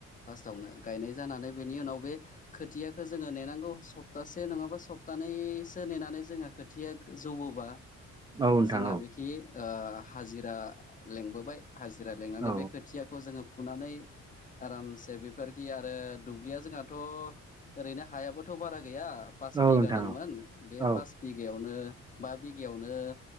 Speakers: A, on the left; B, on the right.
A: फार्स्टावनो गायनाय जानानै बेनि उनाव बे खोथिया खो जोङो नेनांगौ सप्ता से नङाबा सप्तानैसो नेनानै जोंङो खोथिया जौबोबा।
B: नोंथां
A: जोंहा
B: औ
A: बेखि ओ हाजिरा लिंबोबाय। हाजिरा लिंनानै
B: औ
A: बे खोथियाखौ जोङो फुनानै। आरामसे बेफोरखि आरो दुब्लिया जोंहाथ ओरैनो हायाबोथ बारा गैया। पास
B: औ
A: बिघा
B: नोंथां
A: दंमोन
B: औ
A: बे
B: औ
A: पास बिगायावनो। बा बिगायावनो